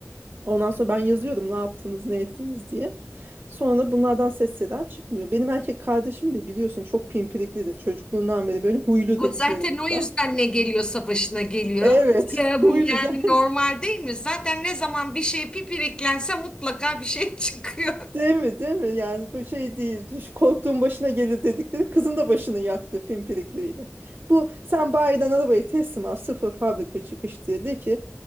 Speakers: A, on the right; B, on the left.
A: Ondan sonra ben yazıyorum ne yaptınız ne ettiniz diye. Sonra da bunlardan ses seda çıkmıyor. Benim erkek kardeşim de biliyorsun çok pimpiriklidir çocukluğundan beri böyle huylu
B: Ama
A: dediklerimizden.
B: zaten o yüzden
A: <laughs>
B: ne geliyorsa başına geliyor.
A: Evet
B: Ya
A: huylu
B: bu yani
A: gel.
B: normal değil mi? Zaten ne zaman bir şey pipiriklense mutlaka bir şey <laughs> çıkıyor.
A: Değil mi? Değil mi? Yani bu şey değil. Düş- Korktuğun başına gelir dedikleri kızın da başını yaktı pimpirikliyle. Bu sen bayiden arabayı teslim al sıfır fabrika çıkış diye de ki